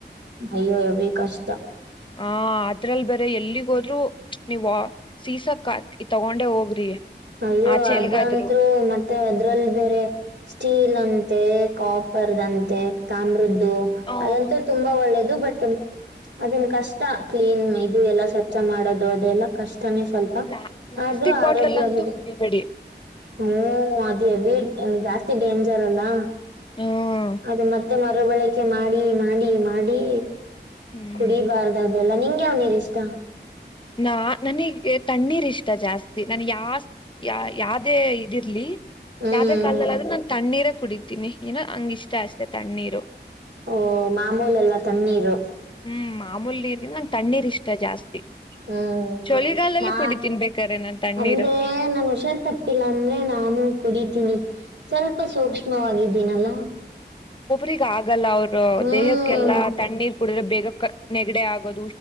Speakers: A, on the right; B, on the left.
A: ನಯ್ಯೋ ಎ ಭ ಕಷ್ಟ.
B: ಹ <unintelligible> ಅದ್ರಲ್ ಬೇರೆ ಎಲ್ಲಿಗೋದ್ರು ನೀವು ಸೀಸ ಕ ತಗೊಂಡೆ ಹೋಗ್ರಿ.
A: ಅಯ್ಯೋ
B: ಆಚೆ
A: ಅದಂತರು
B: ಎಲ್ಗಾದ್ರು
A: ಮತ್ತೆ ಅದ್ರಲ್ಲಿ ಬೇರೆ ಸ್ಟೀಲ್ ಅಂತ. ಕಾಪರ್ದಂತೆ ತಾಮ್ರದ್ದ.
B: ಹ
A: ಅದಂತೂ ತುಂಬಾ ಒಳ್ಳೇದು. ಬಟ್ ಅದನ್ ಕಷ್ಟ ಕ್ಲೀನ್ ಇದು ಎಲ್ಲ ಸ್ವಚ್ಛ ಮಾಡದು. ದು ಅದೆಲ್ಲ ಕಷ್ಟನೇ ಸ್ವಲ್ಪ
B: ಪ್ಲಾ ಪ್ಲಾಸ್ಟಿಕ್
A: ಆದ್ರೂ
B: ಬಾಟ್ಲಲ್
A: ಆರೋಗ್ಯವಾಗಿ.
B: ಅಂತೂ ಕುಡಿಬೇಡಿ
A: ಹ್ಮ ಅದೇ. ವೀಟ್ ಜಾಸ್ತಿ ಡೇಂಜರ್ ಅಲ್ಲಾ.
B: ಹ್ಮ್
A: ಅದೇ ಮತ್ತೆ. ಮತ್ತೆ ಮರುಬಳಕೆ ಮಾಡಿ ಮಾಡಿ ಮಾಡಿ.
B: ಹ್ಮ್
A: ಕುಡಿಬಾರ್ದ ಅದೆಲ್ಲ ನೀವು. ಹಿ ರಿಷ್ಟತ.
B: ನಾ ನನಗೆ ತಣ್ಣೀರ್ ಇಷ್ಟ ಜಾಸ್ತಿ ನನ್ ಯ ಯ ಯಾವ್ದೇ ಇದಿರ್ಲಿ.
A: ಹ್ಮ್
B: ಯಾವ್ದೇ ಕಾಲಲ್ದಲ್ಲಾದ್ರೂ ನಾನ್ ತಣ್ಣೀರ. ಕುಡಿತೀನಿ ಏನೋ ಹಂಗ ಇಷ್ಟ ಅಷ್ಟೇ ತಣ್ಣೀರು
A: ಓ ಮಾಮೂಲೆ ಎಲ್ಲ ತಣ್ಣೀರು.
B: ಹ್ಮ್ ಮಾಮೂಲಿ ನೀರ್ಗ ನಂಗೆ ತಣ್ಣೀರ್ ಇಷ್ಟ ಜಾಸ್ತಿ.
A: ಹ್ಮ್
B: ಚಳಿಗಾಲಲ್ಲೂ
A: ನಾ
B: ಕುಡಿತೀನ್ ಬೇಕಾರೆ ನಾನ್ ತಣ್ಣೀರು
A: ಅಂದ್ರೆ ನನ್ ಹುಷಾರ್ ತಪ್ಪಿಲ್ಲ ಅಂದ್ರೆ ನಾನು ಕುಡ. ತಿನ್ನಿ. ಸ್ವಲ್ಪ ಸೂಕ್ಷ್ಮವಾಗಿದ್ದೀನಲ್ಲ.
B: ಹ್ಮ ರಿಗಾ. ಹಾಗಗಲ್ಲ ಅವರು
A: ಹ್ಮ್
B: ದೇಹಕ್ಕೆಲ್ಲಾ ತಣ್ಣೀರ್ ಕುಡಿದ್ರೆ ಬೇಗ. ನೆಗಡೆ ಆಗೋದ್